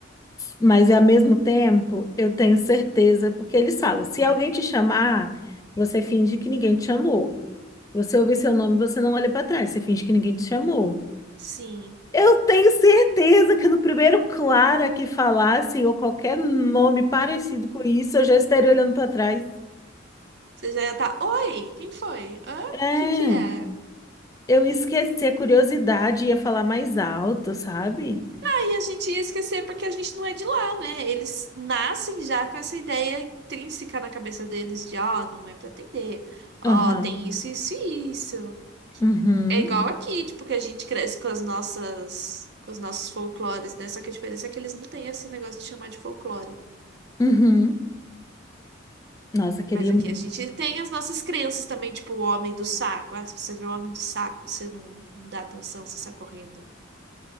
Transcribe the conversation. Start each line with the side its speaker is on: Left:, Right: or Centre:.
Left: Mas ao mesmo tempo, eu tenho certeza, porque eles falam, se alguém te chamar, você finge que ninguém te chamou. Você ouvir seu nome, você não olha para trás, você finge que ninguém te chamou.
Right: Sim.
Left: Eu tenho certeza que no primeiro Clara que falasse, ou qualquer nome parecido com isso, eu já estaria olhando para trás.
Right: Você já ia estar, oi, quem foi? Hã? O
Left: É,
Right: Que que é?
Left: eu esqueci a curiosidade, e ia falar mais alto, sabe?
Right: Aí a gente ia esquecer porque a gente não é de lá, né? Eles nascem já com essa ideia intrínseca na cabeça deles de, ó, não é pra atender. Ó,
Left: Aham,
Right: tem isso, isso e isso.
Left: uhum,
Right: É igual aqui, tipo, que a gente cresce com as nossas, com os nossos folclores, né? Só que a diferença é que eles não têm esse negócio de chamar de folclore.
Left: uhum. Nossa, queria
Right: Mas aqui a gente tem as nossas crenças também, tipo, o homem do saco. Ah, se você vê o homem do saco, você não, não dá atenção, você sai correndo.